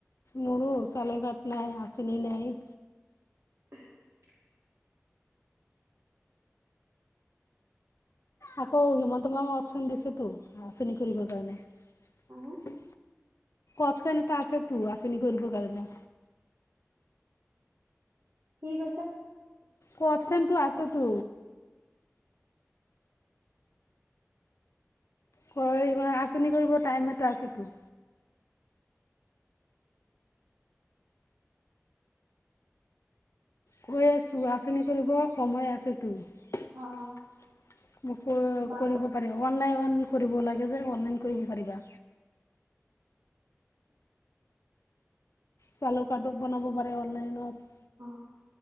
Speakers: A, on the left (about 70°); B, on the right (about 65°).
A: মোৰো চালৰ কাত নাই, আঁচনি নাই।
B: <inaudible>
A: আকৌ হিমন্ত মামা অপচন দিছেতো আঁচনি কৰিবৰ কাৰণে।
B: হা
A: অপচন এটা আছে তো, আচনি কৰিব কাৰণে।
B: কি কৈছা?
A: অ, অপচনটো আছটো। হয় আঁচনি কৰিব টাইম এটা আছেতো। কৈ আছোঁ, আঁচনি কৰিব সময় আছেতো। <unintelligible>
B: অ
A: মোকো
B: বাল
A: কৰিব পাৰে, অনলাইন কৰিব লাগে যে অনলাইন কৰিব পাৰিবা। চালু কাৰটো বনাব পাৰে অনলাইনত।
B: অ।